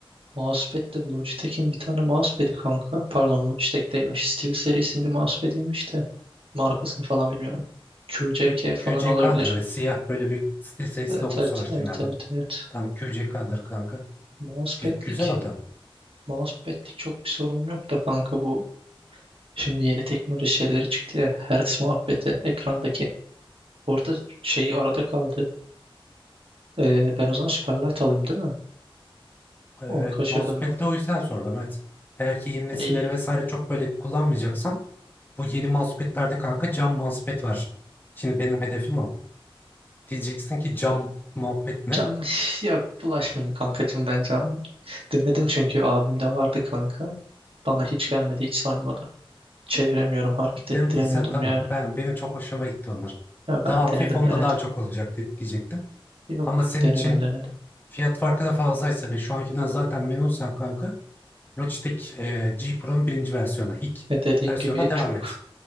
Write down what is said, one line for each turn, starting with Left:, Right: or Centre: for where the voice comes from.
Right: Mousepad de Logitech'in bir tane mousepad'i kanka. Pardon Logitech'teymiş. Steel serisinin bir mousepad'iymiş de. Markasını falan bilmiyorum. QCK
Left: Q-
Right: falan
Left: QCK'dır
Right: olabilir.
Left: öyle siyah böyle bir SteelSeries
Right: Evet
Left: logosu
Right: evet
Left: var kenarda.
Right: evet evet evet.
Left: Tam QCK'dır kanka.
Right: Mousepad'lik.
Left: Gü- güzel adam.
Right: Mousepad'lik çok bir sorunum yok da kanka bu. Şimdi yeni teknoloji şeyleri çıktı ya. Hertz muhabbeti ekrandaki. Bu arada şey arada kaldı. Ee, ben o zaman Superlight alayım değil mi?
Left: Evet,
Right: Onu kaçırdım
Left: mousepad'i
Right: ben.
Left: de o yüzden sordum evet. Eğer ki yeni nesilleri
Right: Ee,
Left: vesaire çok böyle kullanmayacaksan bu yeni mousepad'lerde kanka cam mousepad var. Şimdi benim hedefim o. Diyeceksin ki cam muhabbet ne?
Right: canlı <sighs> yok bulaşmayayım kankacığım ben canlı. Denedim çünkü abimde vardı kanka. Bana hiç gelmedi hiç sarmadı. Çeviremiyorum hareket ettiremiyordum
Left: Demediysen tamam.
Right: yani.
Left: Ben, benim çok hoşuma gitti onlar.
Right: Ya ben
Left: Daha hafif
Right: denedim
Left: onda
Right: denedim.
Left: daha çok olacak de- diyecektim.
Right: Yok
Left: Ama senin
Right: denedim
Left: için
Right: denedim.
Left: fiyat farkı da fazlaysa ve şu ankinden zaten memnunsan kanka Logitech e, G Pro'nun birinci versiyonuna, ilk
Right: Ya dediğin
Left: versiyonuna
Right: gibi
Left: devam
Right: çok
Left: et.